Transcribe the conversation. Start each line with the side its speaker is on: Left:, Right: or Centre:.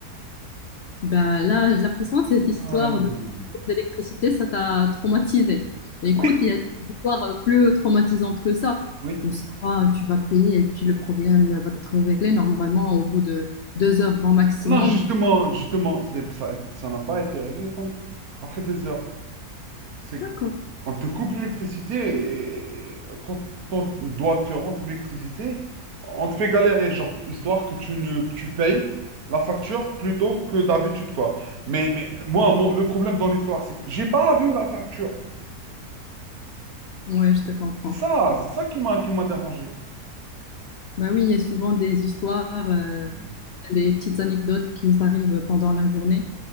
Left: Ben là, j'ai l'impression que cette
Right: Hum,
Left: histoire de- d'électricité, ça t'a traumatisé. Mais écoute,
Right: Oui,
Left: il y a des histoires euh, plus traumatisantes que ça.
Right: oui.
Left: Comme ça, tu vas payer et puis le problème va être réglé normalement au bout de deux heures grand maximum.
Right: Non, justement, justement, c'est- ça, ça n'a pas été réglé pendant- après des heures. c'est
Left: D'accord.
Right: qu'on te coupe l'électricité et quand on doit te rendre l'électricité, on te fait galérer, genre, histoire que tu ne tu payes la facture plutôt que d'habitude, quoi. Mais, mais moi, moi, le problème dans l'histoire, c'est que j'ai pas vu la facture.
Left: Ouais, je te comprends.
Right: C'est ça, c'est ça qui m'a qui m'a dérangé.
Left: Ben oui, il y a souvent des histoires, euh,
Right: Mm.
Left: des petites anecdotes qui nous arrivent pendant la journée.